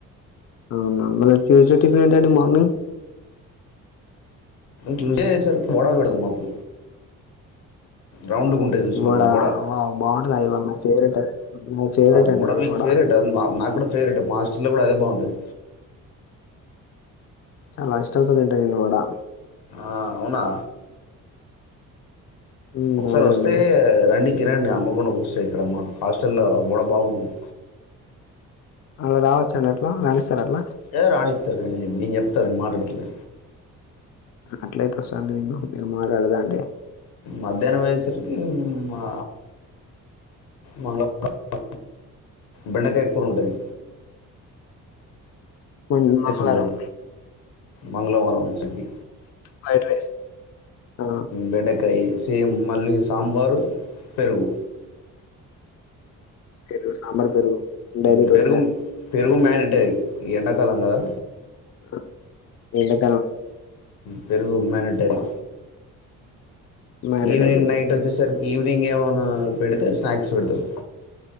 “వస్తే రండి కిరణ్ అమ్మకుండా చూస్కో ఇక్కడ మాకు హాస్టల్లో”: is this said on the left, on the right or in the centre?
Left